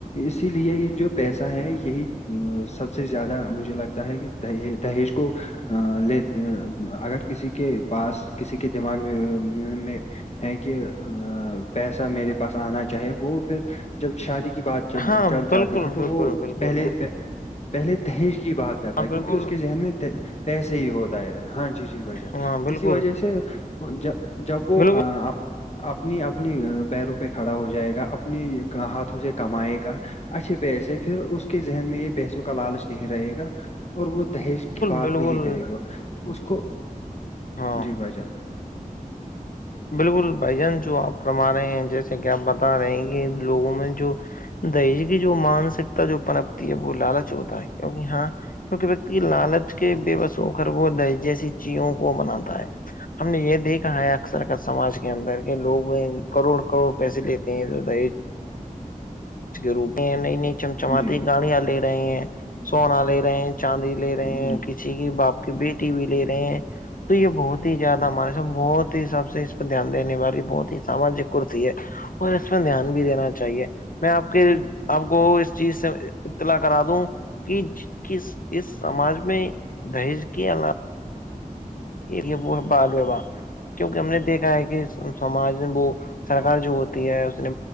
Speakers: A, on the left; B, on the left.
A: اسی لیے یہ جو پیسہ ہے یہی سب سے زیادہ مجھے لگتا ہے کہ دی دہیج کو لے اگر کسی کے پاس کسی کے دماغ میں ہے کہ پیسہ میرے پاس آنا چاہے وہ پھر جب شادی کی بات چل
B: ہاں بالکل
A: جاتی ہے تو
B: بالکل
A: وہ
B: بالکل
A: پہلے
B: ہاں
A: پہلے دہج کی بات کرتا ہے
B: بالکل
A: کیونکہ اس کے ذہن میں پیسے ہی ہوتا ہے ہاں جی جی بجن
B: ہاں بالکل
A: اسی وجہ سے ج جب وہ
B: بالکل
A: اپنی اپنی پیروں پہ کھڑا ہو جائے گا اپنی ہاتھوں سے کمائے گا اچھے پیسے پھر اس کے ذہن میں یہ پیسوں کا لالچ نہیں رہے گا اور وہ دہیج کی بات
B: بالکل
A: نہیں کرے گا اس کو
B: ہاں
A: جی بھائی جان
B: بالکل بھائی جان جو آپ فرما رہے ہیں جیسے کہ آپ بتا رہے ہیں کہ لوگوں میں جو دہج کی جو مانسکتا جو پنپتی ہے وہ لالچ ہوتا ہے کیکہ ہاں کیونکہ ویکتی لالچ کے بے بس ہو کرر وہ دہ جیسی چیوں کو بناتا ہے ہم نے یہ دیکھا ہے اکثر سماج کے اندر کے لوگ کروڑ کروڑ پیسے لیتے ہیں دہج اس کے روپ میں ہیں نئی نئی چمچماتتی
A: جی
B: گاڑیاں لے رہے ہیں سونا لے رہے ہیں چاندی لے رہے
A: جی
B: ہیں کسی کی باپ کی بیٹی و لے رہے ہیں تو یہ بہت ہی زیادہ ہمارے س بہت ہی سب سے اس پہ دھیان دینے والی بہت ہی ساماجک کرتی ہے اور اس پ دھیان بھی دینا چاہیے میں آپ کے آپ کو اس چیز سے اطلاع کرا دوں کہ کہ اس سماج میں دہیج کی ع یہ وہ ہے بالوبا کیونکہ ہم نے دیکھا ہے کہ سماج میں وہ سرار جو ہوتی ہے اس نے